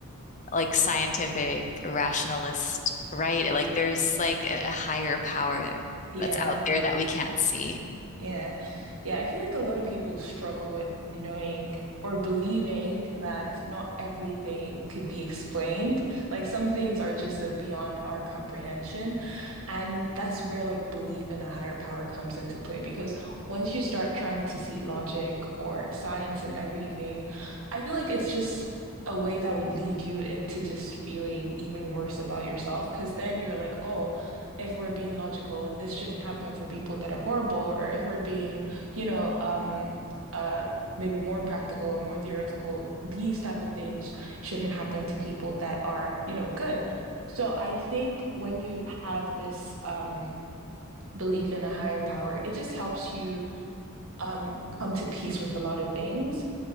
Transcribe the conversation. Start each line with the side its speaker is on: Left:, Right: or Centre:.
Left: like scientific rationalist, right? Like there's like a higher power that's
Right: Yeah.
Left: out there that we can't see.
Right: Yeah. Yeah, I feel like a lot of people struggle with knowing or believing that not everything could be explained. Like some things are just like beyond our comprehension. And that's where like belief in a higher power comes into play because once you start trying to see logic or science and everything, I feel like it's just a way that would lead you into just feeling even worse about yourself because then you're like, oh, if we're being logical, this shouldn't happen for people that are horrible, or if we're being, you know, um, uh, maybe more practical or more theoretical, these type of things shouldn't happen to people that are, you know, good. So I think when you have this um, belief in a higher power, it just helps you um, come to peace with a lot of things.